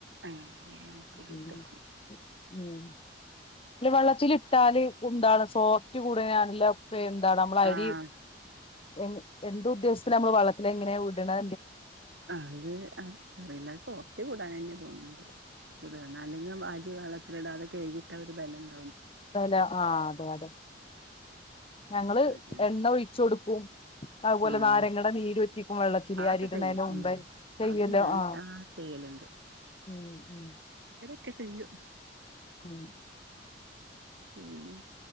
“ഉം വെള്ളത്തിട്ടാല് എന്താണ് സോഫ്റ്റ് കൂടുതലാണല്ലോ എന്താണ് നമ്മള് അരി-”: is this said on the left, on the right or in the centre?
Left